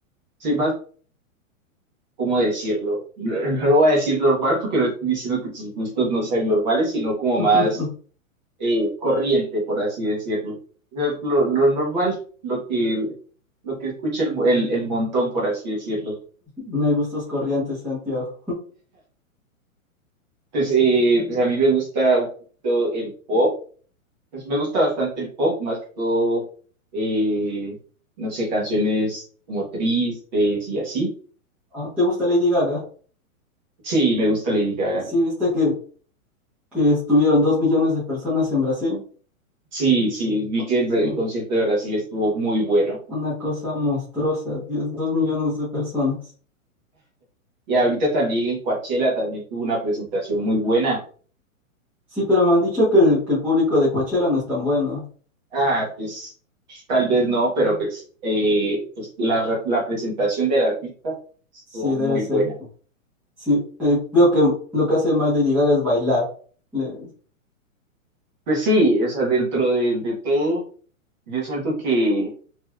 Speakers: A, on the right; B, in the centre.
A: soy más, ¿cómo decirlo? <laughs> No, no lo voy a decir normal porque no estoy diciendo que tus gustos no sean normales, sino como
B: <laughs>
A: más eh, corriente, por así decirlo. O sea, Lo, lo normal, lo que, lo que escucha el, mo- el- el montón, por así decirlo.
B: No hay gustos corrientes, Santiago.
A: Pues, eh, pues a mí me gusta un poquito el pop, pues me gusta bastante el pop, más que todo, eh, no sé, canciones como tristes y así.
B: Ah, ¿Te gusta Lady Gaga?
A: Sí, me gusta Lady Gaga.
B: Sí, viste que, que estuvieron dos millones de personas en Brasil.
A: Sí, sí, vi que el,
B: Sí.
A: el concierto de Brasil estuvo muy bueno.
B: Una cosa monstruosa, 10 2 millones de personas.
A: Y ahorita también en Coachella también tuvo una presentación muy buena.
B: Sí, pero me han dicho que el, que el público de Coachella no es tan bueno.
A: Ah, pues pues, tal vez no, pero pues, eh, pues la, re- la presentación del artista estuvo
B: Sí,
A: muy
B: debe ser.
A: buena.
B: Sí, eh, veo que lo que hace más Lady Gaga es bailar. Le-
A: Pues sí, o sea, dentro de, de todo, yo siento que